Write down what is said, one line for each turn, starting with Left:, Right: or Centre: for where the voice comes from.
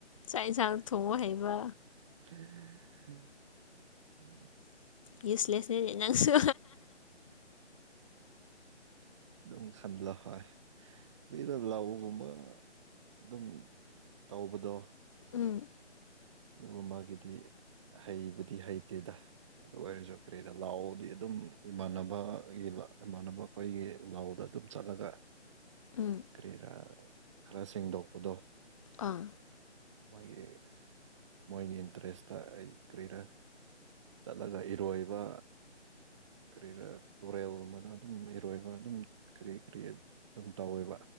Left: ꯆꯥꯛ ꯌꯦꯟꯁꯥꯡ ꯊꯣꯡꯕ ꯍꯩꯕ
Right: ꯝ
Left: ꯌꯨꯁꯂꯦꯁꯅꯦ ꯅ ꯅꯪꯁꯨ
Right: ꯝ ꯈꯝꯂꯣ ꯍ ꯀꯔ ꯂꯥꯎꯕꯒꯨꯝꯕ ꯑꯗꯨꯝ ꯇꯧꯕꯗꯣ
Left: ꯎꯝ
Right: ꯑꯗꯨꯒ ꯃꯥꯒꯤꯗꯤ ꯍꯩꯕꯗꯤ ꯍꯩꯇꯦꯗ ꯑꯗꯨ ꯑꯣꯏꯔꯁꯨ ꯀꯔꯤꯗ ꯂꯥꯛꯑꯣꯗꯤ ꯑꯗꯨꯝ ꯏꯃꯥꯟꯅꯕꯒꯤ ꯏꯃꯥꯟꯅꯕ ꯑꯩꯈꯣꯏꯒꯤ ꯂꯥꯎꯗ ꯑꯗꯨꯝ ꯆꯠꯂꯒ
Left: ꯎꯝ
Right: ꯀꯔꯤꯔꯥ ꯈꯔ ꯁꯦꯡꯗꯣꯛꯄꯗꯣ
Left: ꯑꯥ
Right: ꯃꯣꯏꯒꯤ ꯃꯣꯏꯒꯤ ꯏꯟꯇꯔꯦꯁꯇ ꯑꯩ ꯀꯔꯤꯔ ꯆꯠꯂꯒ ꯏꯔꯣꯏꯕ ꯀꯔꯤꯥ ꯇꯨꯔꯦꯜꯒꯨꯝꯕꯗ ꯑꯗꯨꯝ ꯏꯔꯣꯏꯕ ꯑꯗꯨꯝ ꯀꯔꯤ ꯀꯔꯤ ꯑꯗꯨꯝ ꯇꯧꯋꯦꯕ